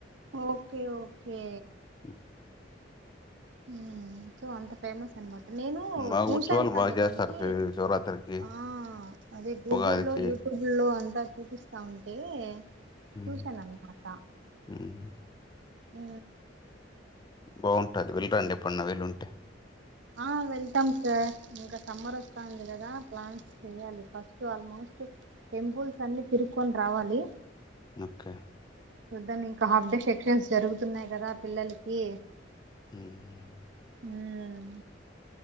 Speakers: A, on the right; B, on the left.
A: ఓకే ఓకే
B: ఉ
A: హుమ్ సో అంత ఫేమస్ అనమాట్ నేను
B: బాగా
A: చూశాను
B: ఉత్సవాలు
A: కానివ్వండి.
B: బాగా చేస్తారు శి శివరాత్రికి
A: ఆ అదే గూగుల్లో,
B: ఉగాదికి
A: యూట్యూబుల్లో అంతా చూపిస్తా ఉంటే
B: హ్మ్
A: చూశాను అన్నమాట.
B: హ్మ్
A: ఊ
B: బాగుంటది. వెళ్ళిరండి ఎప్పుడున్న వీలుంటే
A: ఆ వెల్తామ్ సార్ ఇంకా సమ్మర్ వస్తాంది కదా. ప్లాన్స్ చెయ్యాలి. ఫస్ట్ ఆల్మోస్ట్ టెంపుల్స్ అన్ని తిరుక్కొని రావాలి.
B: ఒకే
A: చూద్దాం ఇంకా హాఫ్ డే సెక్షన్స్ జరుగుతున్నాయి. కదా పిల్లలకి
B: ఊమ్
A: ఊమ్